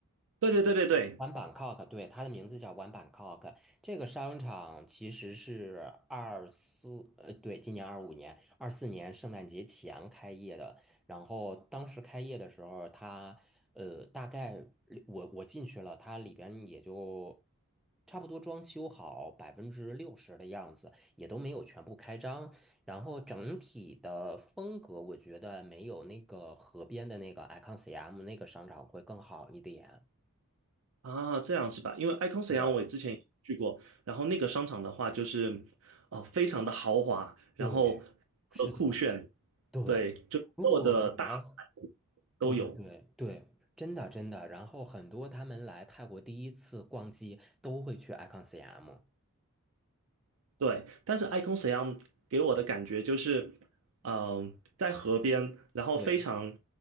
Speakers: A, on the right; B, in the centre.
A: 对对对对对
B: One Bangkok，对，它的名字叫 One Bangkok。这个商场其实是二四，呃，对，今年二五年、二四年圣诞节前开业的。然后当时开业的时候，它，呃，大概里我我进去了，它里边也就差不多装修好百分之六十的样子，也都没有全部开张。然后整体的风格，我觉得没有那个河边的那个 Icon CM 那个商场会更好一点。
A: 啊，这样是吧？因为 Icon 沈阳我也之前也去过，
B: 是。
A: 然后那个商场的话就是呃非常的豪华，然后
B: 对，是的，
A: 呃酷炫，
B: 对。
A: 对，就所有的大牌
B: 如果你要，
A: 都有。
B: 对对对对，真的真的。然后很多他们来泰国第一次逛街都会去 Icon CM。
A: 对，但是 Icon 沈阳给我的感觉就是，嗯、在河边，然后非常
B: 对，